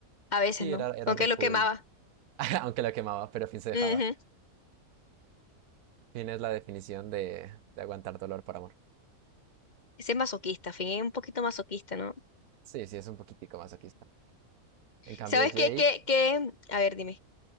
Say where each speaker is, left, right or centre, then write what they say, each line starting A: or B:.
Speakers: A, on the left; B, on the right.
A: A veces
B: Sí,
A: no,
B: era, era
A: aunque
B: re
A: lo
B: cool.
A: quemaba.
B: <laughs> Aunque lo quemaba, pero Finn se dejaba.
A: Ujú.
B: Finn es la definición de, de aguantar dolor por amor.
A: Ese es masoquista, Finn es un poquito masoquista, ¿no?
B: Sí, sí, es un poquitico más aquí está. En cambio,
A: ¿Sabes
B: Jake,
A: qué, qué, qué? A ver, dime.